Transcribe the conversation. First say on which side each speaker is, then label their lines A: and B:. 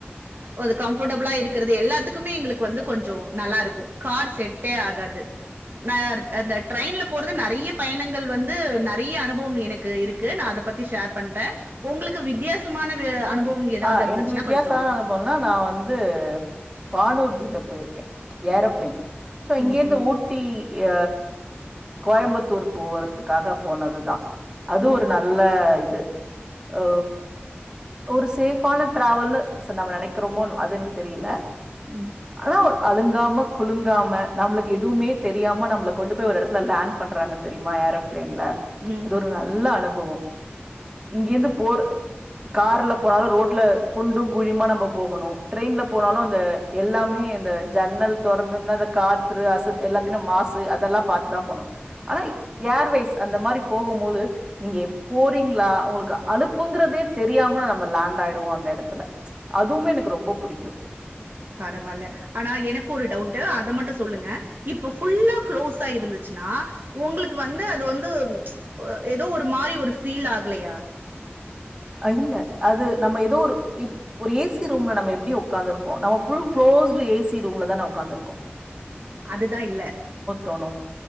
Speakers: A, on the right; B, on the right.
A: அ கம்ஃபர்டபுளா இருக்கிறது எல்லாத்துக்கும் மே எங்களுக்கு வந்து கொஞ்சொ நல்லா இருக்கும் கார் செட்டே ஆகாது ந அந்த ட்ரெயின்ல போறது நிறைய பயணங்கள் வந்து நிறைய அனுபவம் எனக்கு இருக்கு நான் அத பத்தி ஷேர் பண்றேன் உங்களுக்கு வித்தியாசமான வி- அனுபவம் ஏதாவது
B: ஆ
A: இருந்துச்சுன்னா
B: எனக்கு வித்தியாசமான
A: கொஞ்சம் சொல்லுங்க
B: அனுப்பவம்னா நா வந்து வானூர் வந்து போயிருக்கேன் ஏரோபிளேன் சோ இங்க
A: ம்
B: இருந்து
A: ம்
B: ஊட்டி ய கோயம்புத்தூர் போகறதுக்காக போனது தான் அது
A: ம்
B: ஒரு நல்ல இது அ ஒரு சேஃபான டிராவல்னு சார் நம்ம நினைக்கிறோமோ அது எனக்கு தெரியல
A: ம்
B: ஆனா அழுங்காம குழுங்காம நம்மளுக்கு எதுவுமே தெரியாம நம்மள கொண்டு போய் ஒரு இடத்துல லேண்ட் பண்றாங்க தெரியுமா ஏரோ பிளேன்ல
A: ம்
B: அது ஒரு நல்ல அனுபவொ இங்கே இருந்து போர் கார்ல போனாலும் ரோட்ல குண்டும் குழியுமா நம்ம போகணும் ட்ரெய்ன்ல போனாலும் அந்த எல்லாமே இந்த ஜன் னல் தொறந்திருந்தா காற்று அசத் எல்லாத்த இந்த மாசு அதெல்லாம் பாத்துதான் போனும் ஆனா ஏர்வே ஸ் அந்த மாரி போகும் போது நீங்க எப் போறீங்களா ஒங்களுக்கு அழுப்புங்கிறதே தெரியாம நம் ம லேண்ட் ஆயிடுவோ அந்த இடத்துல அதுவுமே எனக்கு ரொம்ப பிடிக்கும்
A: பரவால்ல ஆனா எனக்கு ஒரு டவுட் அத மட்டும் சொல்லுங்க இப்ப ஃபுல்லா க்ளோஸ் ஆகி இருந்துச்சு னா ஒங்களுக்கு வந்து அது வந்து ஏதோ ஒரு மாரி ஒரு ஃபீல் ஆகலயா
B: இல்ல அது நம்ம ஏதோ ஒரு இ ஒரு ஏசி ரூம்ல நம்ம எப்டி உக்காந்து இருப்போம் நம்ம ஃபுல் களோஸ்டு ஏசி ரூம்ல தான உக்காருக்கக்கோம்
A: அதுதான் இல்ல
B: தோணும்?